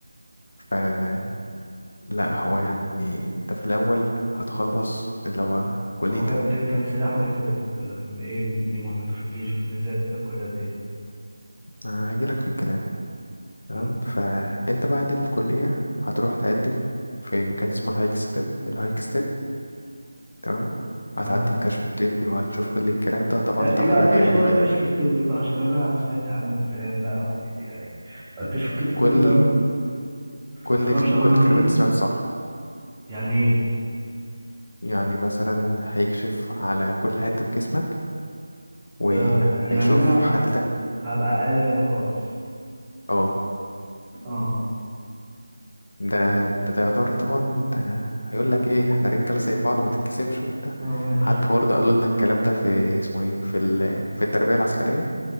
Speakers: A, on the left; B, on the right.
A: فلا هو يعني انت في الأول هتخلص اللي هو كليتك
B: هو كان كان كان سلاحه ايه طيب ولا كان ايه ايه مهمته في الجيش وكان ازاي كسب كل قد ايه
A: أنا هجيلك في الكلام تمام
B: امم
A: فانت بعد الكلية هتروح تقدم في مكان اسمه الهايك ستيب الهايك ستيب تمام
B: اه
A: هتعدي الكشف الطبي وهتشوف كل الكلام ده طبعا
B: ايه
A: هتاخد
B: بقى
A: اللايك
B: ايه حوار
A: الجيب
B: الكشف الطبي بقى عشان انا سمعت عنه كلام بقى ويعني الكشف الطبي
A: كل
B: ده ما
A: كل
B: ما تعرفش
A: ال-
B: عباره
A: كل
B: عن
A: الكلام
B: ايه
A: اللي أنت سمعته صح
B: يعني ايه
A: يعني مثلا هيكشف على كل حتة في جسمك وهيشوف
B: آه، يعني انا
A: حالتك
B: هبقى اقل خالص
A: اه
B: اه
A: ده ده, ده يعتبر طبعا ده هيقول لك ايه احنا رجاله زي بعض ما تتكسفش وبتاع
B: اه ماشي
A: حتى برضه قالوا لنا الكلام ده في اسمه ايه في ال... في التربية العسكرية